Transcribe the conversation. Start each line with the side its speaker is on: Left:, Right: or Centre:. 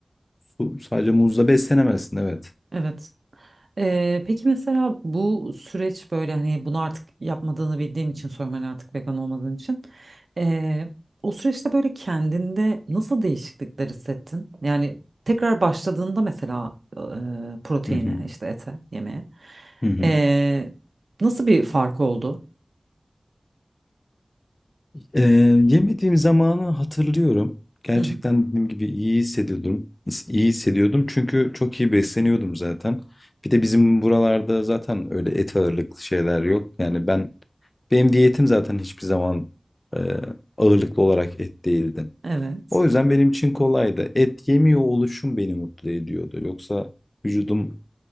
Left: su- sadece muzla beslenemezsin, evet.
Right: Evet. Ee, peki mesela bu süreç böyle hani bunu artık yapmadığını bildiğim için sorayım hani artık vegan olmadığın için. Ee, o süreçte böyle kendinde nasıl değişiklikler hissettin? Yani tekrar başladığında mesela e, proteine
Left: Hı hı.
Right: işte ete yemeye
Left: Hı hı.
Right: ee, nasıl bir fark oldu?
Left: Ee, yemediğim zamanı hatırlıyorum. Gerçekten
Right: Hı hı.
Left: dediğim gibi iyi hissediyordum. İyi hissediyordum çünkü çok iyi besleniyordum zaten. Bir de bizim buralarda zaten öyle et ağırlıklı şeyler yok. Yani ben benim diyetim zaten hiçbir zaman e, ağırlıklı olarak et değildi.
Right: Evet.
Left: O yüzden benim için kolaydı. Et yemiyor oluşum beni mutlu ediyordu. Yoksa vücudumu